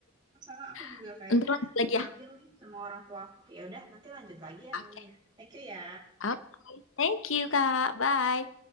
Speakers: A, on the right (about 20°); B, on the left (about 75°).
A: sama aku juga
B: <laughs>
A: kayaknya
B: Ntar lanjut
A: dipanggil
B: lagi ya.
A: nih sama orang tua aku. Ya udah, nanti lanjut lagi ya
B: Oke.
A: Nami. Thank you ya.
B: Oke. Thank you Kak. Bye.